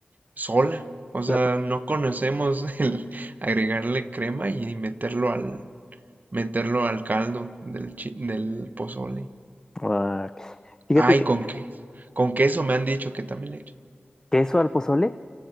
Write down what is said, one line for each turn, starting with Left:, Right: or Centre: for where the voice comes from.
Right: sola. O sea,
Left: Plato.
Right: no conocemos <laughs> el agregarle crema y meterlo al meterlo al caldo del chi- del pozole.
Left: Ah, ok. fíjate
Right: Ay,
Left: que
Right: con que, con queso me han dicho que también le echan.
Left: queso al pozole.